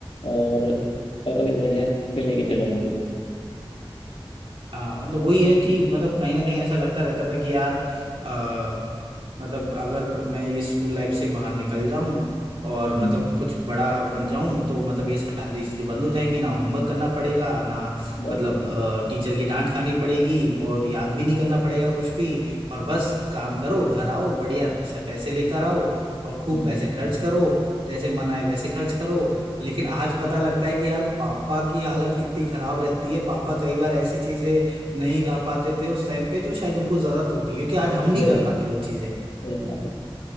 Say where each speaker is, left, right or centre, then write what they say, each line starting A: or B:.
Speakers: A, on the left; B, on the right.
A: और पापा की जगह पे लेके चलो हमको भी
B: हाँ मतलब वही
A: हम्म
B: है कि मतलब कहीं ना कहीं ऐसा लगता रहता था कि यार अ, मतलब अगर मैं ये स्कूल लाइफ से बाहर निकल जाऊं और
A: हम्म,
B: मतलब कुछ बड़ा बन जाऊं तो मतलब ये सारी चीजें बंद हो जाएंगी ना होमवर्क करना पड़ेगा ना
A: बस
B: मतलब
A: बस
B: टीचर की डांट खानी पड़ेगी और याद भी नहीं करना पड़ेगा कुछ भी और बस काम करो घर आओ बढ़िया से पैसे लेकर आओ और खूब
A: हम्म
B: पैसे खर्च करो जैसे मन आए वैसे खर्च करो लेकिन आज पता लगता है कि यार पापा की हालत कितनी खराब रहती है पापा कई बार ऐसी चीजें नहीं ला पाते थे उस टाइम पे जो शायद उनको जरूरत होगी क्योंकि आज हम नहीं
A: बिल्कुल
B: कर पाते वो चीजें
A: सही बात है